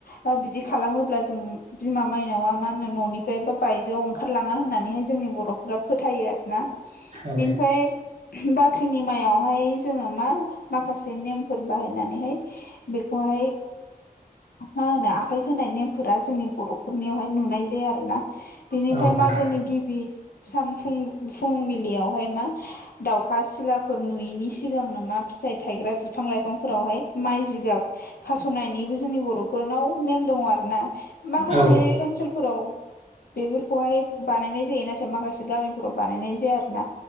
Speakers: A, on the left (about 70°); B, on the right (about 45°).
A: बा बिदि खालामोब्ला जों बिमा माइनावा मा होनो न'निफ्राय बा बायजोआव ओं खारलाङा होननानैहाय जोंनि बर'फोरा फोथायो आरोना
B: औ
A: बेनिफ्राय बाख्रिनि माइयावहाय जोङो मा माखासे नेमफोर बाहायनानैहाय बेखौहाय मा होनो आखाइ होनाय नेमफोरा जोंनि बर'फोरनियावहाय नुनाय जाया आरो ना बिनिफ्राय
B: औ नोंथां
A: मागोनि गिबि सान फुं- फुंबिलियावहाय मा दाउखा सिलाफोर नुयैनि सिगांनो मा फि थाइ थाइग्रा बिफां लाइफांफोरावहाय माइ जिगाब खास'नायनिबो जोंनि बर'फोरनाव नेम दङ आरो ना माखासे
B: औ
A: ओनसोलफोराव बेफोरखौहाय बानायनाय जायो नाथाय माखासे गामिफोराव बानायनाय जाया आरो ना